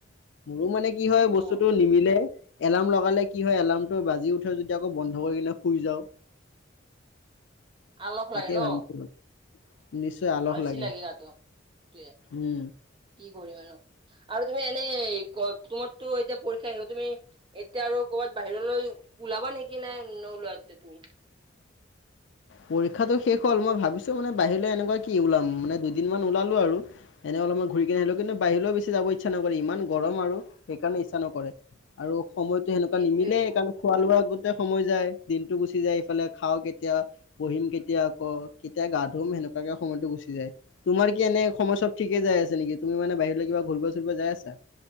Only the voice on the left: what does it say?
মোৰো মানে কি হয় বস্তুতো
নিমিলে। এলাৰ্ম লগালে কি হয় এলাৰ্মটো বাজি উঠে যদিও আকৌ বন্ধ কৰি কিনে শুই যাওঁ।
তাকে
ভাবিছো <inaudible> আলস
লাগে
উম
পৰীক্ষাটো শেষ হ'ল। মই ভাবিছো মানে বাহিৰলৈ এনেকুৱা কি ওলাম, মানে দুদিনমান ওলালো আৰু এ অলপমান ঘূৰি কিনে আহিলো। কিন্তু বাহিৰলৈও বেছি যাব ইচ্ছা নকৰে। ইমান গৰম আৰু। সেইকাৰণে ইচ্ছা নকৰে। আৰু সময়তো সেনেকুৱা
নিমিলে, কাৰণ খোৱা-লোৱাৰ আগত সময় যায় দিনটো গুচি যায়, ইফালে। খাওঁ কেতিয়া বহিম কেতিয়া আকৌ। কেতিয়া গা-ধুম সেনেকুৱাকে সময়তো গুচি যায়। তোমাৰ কি এনে সময় চব ঠিকে যায় যাই আছে নেকি? তুমি মানে বাহিৰলৈ কিবা ঘূৰিব -চুৰিব যাই আছা?